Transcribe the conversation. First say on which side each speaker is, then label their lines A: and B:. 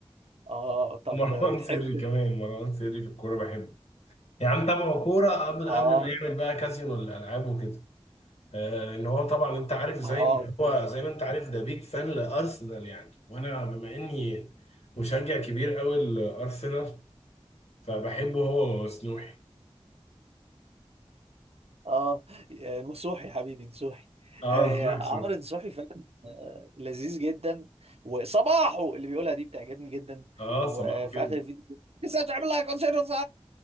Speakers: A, on the right (about 70°); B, on the left (about 80°).
A: اه طب
B: مروان
A: بتحب
B: سري كمان مروان سري في الكورة بحبه يا عم تابعه كورة من
A: اه
B: قبل ما يعمل بقى كازينو الألعاب وكده آه، ان هو طبعا انت عارف زي
A: اه
B: ما
A: اوكي
B: هو زي ما انت عارف ده بيك فان لارسنال يعني وانا بما اني مشجع كبير قوي لارسنال فبحبه هو وسنوحي
A: اه آه، نصوحي يا حبيبي نصوحي
B: اه
A: آه
B: نصوحي صبحي
A: عمرو نصوحي فعلا آه لذيذ جدا وصباحه اللي بيقولها دي بتعجبني جدا
B: اه
A: وفي
B: صباحه كده
A: اخر الفيديو لسه مش عامل لها كونسيرت